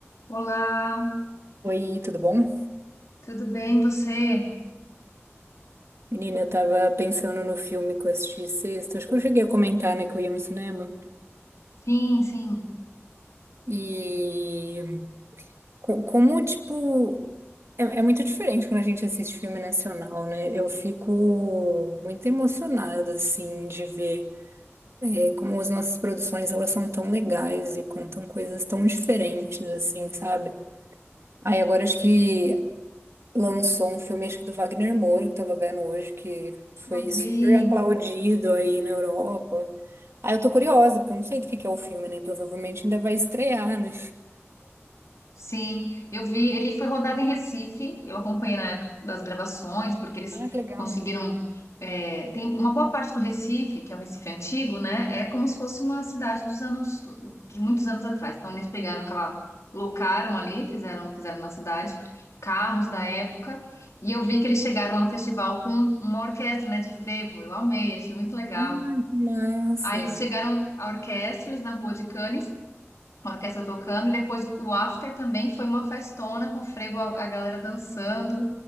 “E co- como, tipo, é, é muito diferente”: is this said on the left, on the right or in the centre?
Right